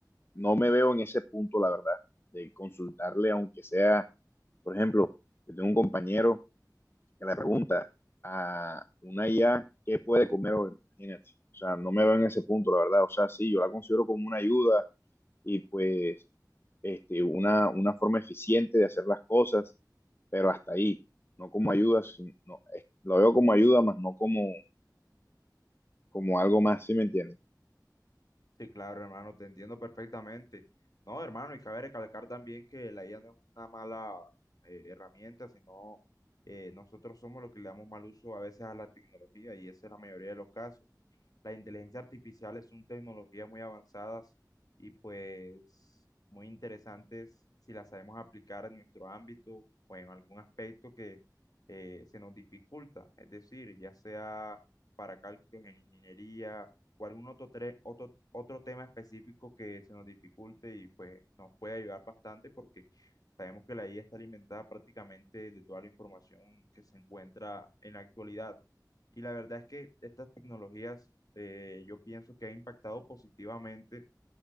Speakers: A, on the left; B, on the left.
A: no me veo en ese punto, la verdad, de consultarle, aunque sea, por ejemplo, yo tengo un compañero que le pregunta a una IA qué puede comer hoy, imagínate. O sea, no me veo en ese punto, la verdad. O sea, sí, yo la considero como una ayuda, y pues este, una, una forma eficiente de hacer las cosas, pero hasta ahí, no como ayuda, sin- no, es- lo veo como ayuda, más no como, como algo más, ¿sí me entiendes?
B: Sí, claro, hermano, te entiendo perfectamente. No, hermano, y cabe recalcar también que la IA no es una mala eh, herramienta, sino eh, nosotros somos los que le damos mal uso a veces a la tecnología y esa es la mayoría de los casos. La inteligencia artificial son tecnologías muy avanzadas y pues muy interesantes si las sabemos aplicar en nuestro ámbito o en algún aspecto que eh, se nos dificulta, es decir, ya sea para cálculos en ingeniería o algún otro, tre- otro, otro tema específico que se nos dificulte y pues nos puede ayudar bastante porque sabemos que la IA está alimentada prácticamente de toda la información que se encuentra en la actualidad. Y la verdad es que estas tecnologías eh, yo pienso que han impactado positivamente